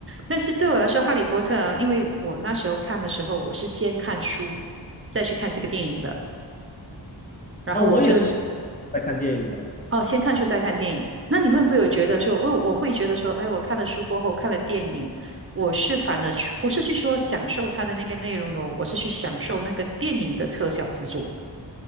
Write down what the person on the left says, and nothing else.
啊，我也是在看电影的。